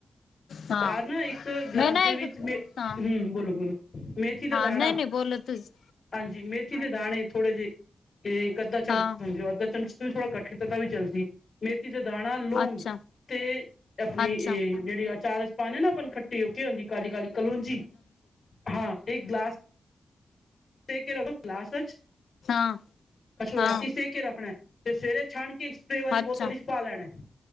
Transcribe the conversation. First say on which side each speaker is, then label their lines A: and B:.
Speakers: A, on the left; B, on the left.
A: ਹਾਂ
B: ਘਰ ਨਾ ਇੱਕ ਗਲਾਸ
A: ਮੈਂ ਨਾ
B: ਦੇ
A: ਇੱਕ
B: ਵਿੱਚ ਮੇ,
A: ਹਾਂ
B: ਹਮ। ਬੋਲੋ-ਬੋਲੋ ਮੇਥੀ ਦਾ
A: ਹਾਂ
B: ਦਾਣਾ।
A: ਨਹੀਂ ਨਹੀਂ ਬੋਲੋ ਤੁਸ
B: ਹਾਂਜੀ, ਮੇਥੀ ਦੇ ਦਾਣੇ ਥੋੜੇ ਜੇ। ਇੱਕ-ਅੱਧਾ ਚਮਚ
A: ਹਾਂ
B: ਸਮਝੋ, ਅੱਧਾ ਚਮਚ ਵੀ ਥੋੜਾ ਘੱਟ ਕੀਤਾ ਤਾਂ ਵੀ ਚੱਲ ਮੇਥੀ ਦੇ ਦਾਣਾ, ਲੌਗ
A: ਅੱਛਾ
B: ਤੇ ਆਪਣੀ
A: ਅੱਛਾ
B: ਇਹ ਜੇੜੀ ਅਚਾਰ ਚ ਪਾਉਣੇ ਨਾ ਆਪ ਖੱਟੀ ਹੋ ਕੇ ਹੁੰਦੀ, ਕਾਲੀ-ਕਾਲੀ ਕਲੋਂਜੀ ਹਾਂ, ਇੱਕ ਗਲਾਸ <unintelligible> ਗਿਲਾਸ ਵਿਚ
A: ਹਾਂ
B: ਅੱਛਾ, ਰਾਤੀ
A: ਹਾਂ
B: ਸੇ ਕੇ ਰੱਖਣਾ ਐ। ਸਵੇਰੇ ਛਾਣ ਕੇ ਸਪ੍ਰਰੇ ਵਾਲੀ
A: ਅੱਛਾ
B: ਬੋਤਲ ਵਿੱਚ ਪਾ ਲੈਣਾ ਐ